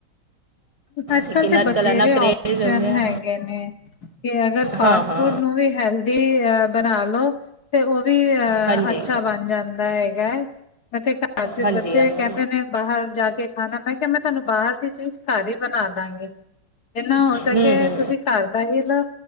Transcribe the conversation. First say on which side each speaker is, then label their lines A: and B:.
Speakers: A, on the left; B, on the right.
A: ਅੱਜ
B: ਲੇਕਿਨ
A: ਕੱਲ੍ਹ ਤਾਂ ਬਥੇਰੇ
B: ਇੰਨਾ ਕਰੇਜ਼
A: ਓਪਸ਼ਨ
B: ਹੋ ਗਿਆ
A: ਹੈਗੇ ਨੇ। ਕਿ ਅਗਰ ਫਾਸਟ
B: ਹਾਂ-ਹਾਂ
A: ਫੂਡ ਨੂੰ ਵੀ ਹੈਲਦੀ ਅਹ ਬਣਾ ਲੋ ਤੇ। ਉਹ ਵੀ ਅਹ
B: ਹਾਂਜੀ
A: ਅੱਛਾ ਬਣ ਜਾਂਦਾ ਹੈਗਾ ਹੈ। ਮੈਂ ਘਰ ਚ
B: ਹਾਂਜੀ
A: ਬੱਚੇ
B: ਹਾਂਜੀ
A: ਕਹਿੰਦੇ ਨੇ ਬਾਹਰ ਜਾ ਕੇ ਖਾਣਾ। ਮੈਂ ਕਿਹਾ ਮੈਂ ਤੁਹਾਨੂੰ ਬਾਹਰ ਦੀ ਚੀਜ਼। ਘਰ ਹੀ ਬਣਾ ਦਾਗੇ ਜਿੰਨਾ ਹੋ ਸਕੇ।
B: ਹੂੰ-ਹੂੰ
A: ਤੁਸੀਂ ਘਰ ਦਾ ਹੀ ਲੋ